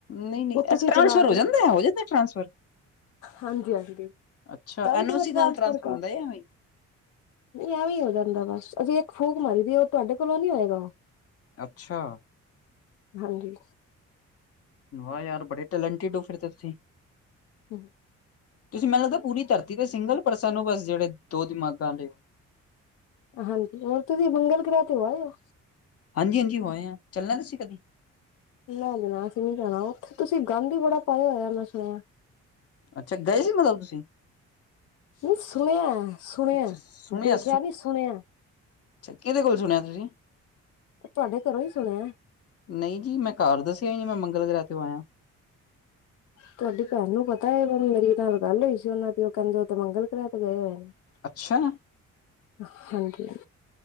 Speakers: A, on the left (about 50°); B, on the left (about 85°).
A: ਨਹੀਂ ਨਹੀਂ
B: ਓ ਤੁਸੀਂ
A: ਟ੍ਰਾਂਸਫਰ
B: ਚਲਾ ਰਹੇ
A: ਹੋ ਜਾਂਦਾ
B: ਓ
A: ਹੋ ਜਾਂਦਾ ਟ੍ਰਾਂਸਫਰ
B: ਹਾਂਜੀ-ਹਾਂਜੀ,
A: ਅੱਛਾ
B: ਤਾਂ
A: ਐਨ
B: ਈ ਤ
A: ਓ
B: ਐਡਵਾਂਸ
A: ਸੀ ਨਾਲ ਟ੍ਰਾਂਸਫਰ
B: ਫਰ ਕਾ
A: ਹੁੰਦਾ ਜਾਂ ਐਵੇਂ।
B: ਨਈ ਐਵੇਂ ਹੋ ਜਾਂਦਾ ਬਸ ਅਸੀਂ ਏਕ ਫੂਕ ਮਾਰੀ ਦੀ ਓ ਤੁਆਡੇ ਕੋਲੋਂ ਨਈ ਹੋਏਗਾ ਓ।
A: ਅੱਛਾ।
B: ਹਾਂਜੀ।
A: ਵਾਹ ਯਾਰ ਬੜੇ ਟੈਲੈਂਟਿਡ ਹੋ ਫਿਰ ਤੇ ਤੁਸੀਂ।
B: ਹੂੰ।
A: ਤੁਸੀਂ ਮੈਨੂੰ ਲੱਗਦਾ ਪੂਰੀ ਧਰਤੀ ਤੇ ਸਿੰਗਲ ਪਰਸਨ ਹੋ ਬਸ ਜੇੜੇ ਦੋ ਦਿਮਾਗਾਂ ਆਲੇ
B: ਹਾਂਜੀ ਹੋਰ ਤੁਸੀ ਮੰੰਗਲ ਗ੍ਰਹਿ ਤੇ ਹੋ ਆਏ ਓ।
A: ਹਾਂਜੀ-ਹਾਂਜੀ ਹੋ ਆਏ ਆ, ਚੱਲਣਾ ਤੁਸੀਂ ਕਦੇ।
B: ਨਾ ਜਾਣਾ ਅਸੀਂ ਨੀ ਜਾਣਾ ਓਥੇ ਤੁਸੀਂ ਗਾਂਧ ਈ ਬੜਾ ਪਾਯਾ ਹੋਯਾ ਮੈਂ ਸੁਣਿਆ
A: ਅੱਛਾ ਗਏ ਸੀ ਮਤਲਬ ਤੁਸੀਂ।
B: ਨਈ ਸੁਣਿਆ-ਸੁਣਿਆ
A: ਅੱਛਾ ਸੁਣਿਆ
B: ਦੇਖਿਆ ਨਈ ਸੁਣਿਆ
A: ਅੱਛਾ ਕਿਦੇ ਕੋਲ ਸੁਣਿਆ ਤੁਸੀਂ?
B: ਤੁਆਡੇ ਕਰੋਂ ਈ ਸੁਣਿਆ
A: ਨਈ ਜੀ ਮੈਂ ਕਾਰ ਦੱਸਿਆ ਈ ਨੀ ਮੈਂ ਮੰਗਲ ਗ੍ਰਹਿ ਤੋਂ ਆਯਾ।
B: ਤੁਆਡੀ ਪੈਣ ਨੂੰ ਪਤਾ ਏ ਮੇਰੀ ਨਾਲ ਗੱਲ ਹੋਈ ਸੀ ਓਨਾਂ ਦੀ ਓ ਕੈਂਦੇ ਤੇ ਮੰਗਲ ਗ੍ਰਹਿ ਤੇ ਗਏ ਹੋਏ ਨੇ।
A: ਅੱਛਾ।
B: ਹਾਂਜੀ-ਹਾਂ